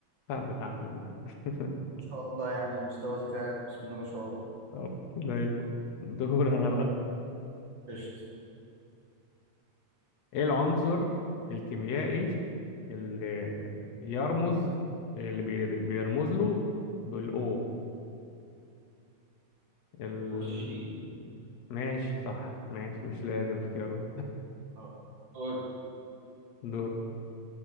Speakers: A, on the left (about 70°); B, on the right (about 45°).
A: طب الحمد لله <laughs>
B: ما شاء الله يعني مستوى ذكائك بسم الله ما شاء الله
A: طب زي الفل دور انا بقى
B: قشطة
A: ايه العنصر الكيميائي اللي يرمز اللي بي- بيرمز له بالاو ال...
B: أكسجين
A: ماشي صح ماشي مش لازم اختياره
B: اه قول
A: دور